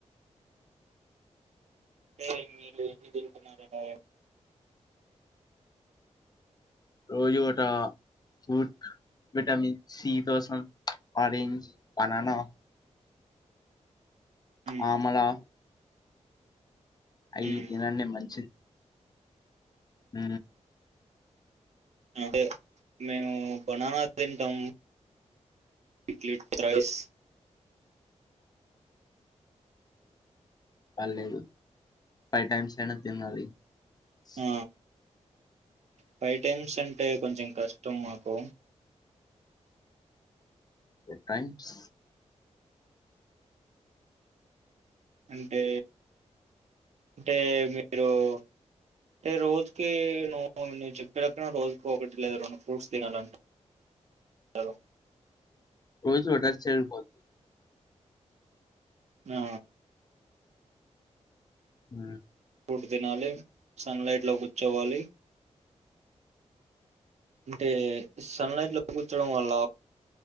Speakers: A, on the right (about 65°); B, on the left (about 35°).
A: ఏ మీలు మీరు తిరుగుతే మాదేపాయే
B: రోజోట ఫుడ్ విటమిన్ సి కోసం అరేంజ్ బననా
A: ఉమ్,
B: ఆ మళ్ళా అయ్యి
A: ఉమ్.
B: తినండి మంచిది ఊ
A: అంటే మేమూ బనానా తింటమ్ ప్లేట్ రైస్
B: వాళ్ళేదు ఫై టైమ్స్ అయినా తినాలీ స్
A: ఆ ఫైవ్ టైమ్స్ అం అంటే కొంచం కష్టం మాకూ
B: టూ టైమ్స్
A: అంటే అంటే మీరూ అంటే రోజుకీ నువ్వు నువ్వు చెప్పినట్టు రోజుకి ఒకటి లేదా రెండు ఫ్రూట్స్ తినాలంటా రు
B: రోజు <unintelligible>
A: ఆ
B: ఉ
A: ఇప్పుడు దినాలి సన్ లైట్ లో కూర్చోవాలీ అంటే సన్ లైట్ లో కూర్చోడం వల్ల